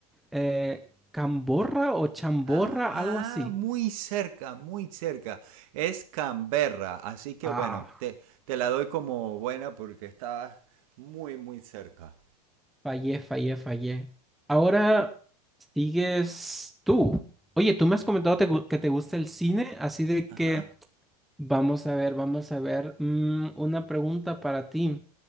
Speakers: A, in the centre; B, on the right.
A: eh, Camborra o Chamborra,
B: Ajá,
A: algo así.
B: muy cerca, muy cerca. Es Canberra, así que
A: Ah.
B: bueno, te, te la doy como buena porque estabas muy, muy cerca.
A: Fallé, fallé, fallé. Ahora sigues tú. Oye, tú me has comentado te gu- que te gusta el cine, así de que
B: Ajá,
A: vamos a ver, vamos a ver. mm, una pregunta para ti.